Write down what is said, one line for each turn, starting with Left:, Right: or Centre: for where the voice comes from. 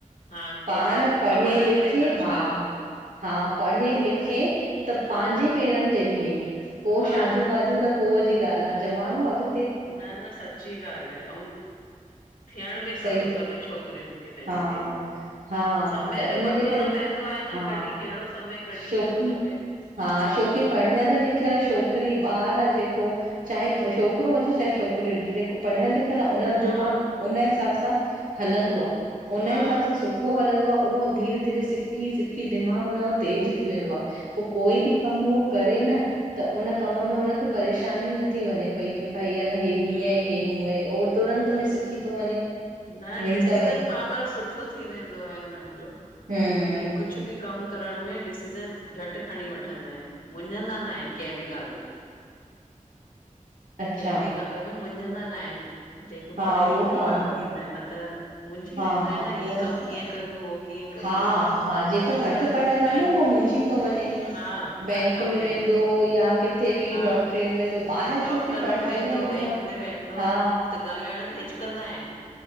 Left: हा
Right: पाण
Left: पैसो सुठो
Right: पढ़े
Left: पढ़ाई
Right: लिखे
Left: ते ख़र्च
Right: हा
Left: कयो।
Right: हा पढ़े लिखे त पहांजे
Left: हा
Right: पेर ते बीहे, पोइ
Left: हा
Right: शादियूं वादियूं त पोइ जी ॻाल्हि आहे ज़मानो अॻत्
Left: न न सची ॻाल्हि आहे। ऐं थियण बि खपे
Right: सही
Left: सभी छोकिरियुनि खे। पंहिंजे
Right: हा
Left: पेरन ते,
Right: हा
Left: समय
Right: त
Left: जो
Right: इनजे
Left: पतो
Right: करे
Left: न पवंदो आहे न
Right: हा
Left: कॾहिं कहिड़ो समय- कॾहिं
Right: छोकी
Left: कहिड़ो समय।
Right: हा
Left: छोकिरियूं
Right: शो तां जा न कि ख्यल छोकिरी ॿारु आहे जेको, चाहे छोकिरो हुजे चाहे छोकिरी हुजे को पढ़ियल लिखियल आहे हुन जो
Left: हा
Right: दिमाग़ु हुन हिसाब सां हलंदो आहे हुन
Left: हा
Right: जे हिसाब सां सुठो सुठो हलंदो आहे उहो धीरे- धीरे सिखी- सिखी दिमाग़ु हुनजो तेज़ थी वेंदो आहे। पोइ कोई बि कमु उहो करे न, त उन कम में हुनखे परेशानी न थी वञे पई। की भई आहे न हे हीअं
Left: हम्म
Right: आ हे हूंअ। हो तुरंत में सिखी थो वञे
Left: न
Right: मिंट
Left: डिसीज़न
Right: में
Left: पावर सुठो थी वेंदो आहे हुननि जो,
Right: हम्म
Left: की कुझु बि कम करण में डिसीज़न झटि खणी वठंदा आहिनि। मुंझंदा न आहिनि कंहिं बि ॻाल्हि में
Right: अच्छा
Left: कंहिं बि ॻाल्हि में ई मुझंदा न आहिनि जेको
Right: हा
Left: पढ़े
Right: उहो
Left: लि कई
Right: त आहे
Left: ॿारु थींदा आहिनि न त मुझी
Right: हा
Left: वेंदा आहिनि न ही
Right: उहो
Left: कम कीअं कयूं हो। कीअं कयूं
Right: हा हा जेको
Left: अॼुकल्ह
Right: घटि पढ़ियल
Left: बैंक
Right: आहे न उहो मुंझी थो वञे
Left: हा हर
Right: बैंक
Left: कम
Right: में वे पो या किथे बि,
Left: हा
Right: डाक्टरीअ में ॿाहिरि
Left: डॉक्टर
Right: छोकी पढ़ाईअ
Left: वटि वेंदो,
Right: जे
Left: बैंक
Right: बिना
Left: में वेंदो
Right: हा
Left: त गाल्हाइण में हिचिकंदा आहिनि।